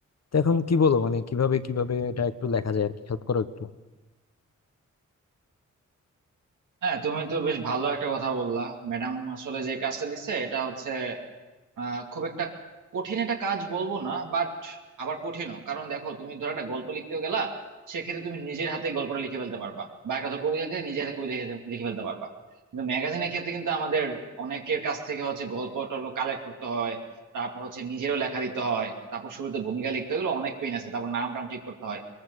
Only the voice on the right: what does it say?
হ্যাঁ তুমি তো বেশ ভালো একটা কথা বললা ম্যাডাম আসলে যে কাজটা দিছে এটা হচ্ছে আহ, খুব একটা কঠিন একটা কাজ বলবো না বাট আবার কঠিনও কারণ দেখো তুমি ধরো একটা গল্প লিখতে গেলা সেক্ষেত্রে তুমি নিজের হাতে গল্পটা লিখে ফেলতে পারবা বা একটা ধরো কবিতা লিখে নিজের হাতে কবিতা লিখে লিখে ফেলতে পারবা কিন্তু ম্যাগাজিনের ক্ষেত্রে কিন্তু আমাদের অনেকের কাছ থেকে হচ্ছে গল্প টল্প কালেক্ট করতে হয় তারপর হচ্ছে নিজেরও লেখা দিতে হয় তারপর শুরুতে ভূমিকা লিখতে হলে অনেক পেইন আছে তারপর নাম টাম ঠিক করতে হয়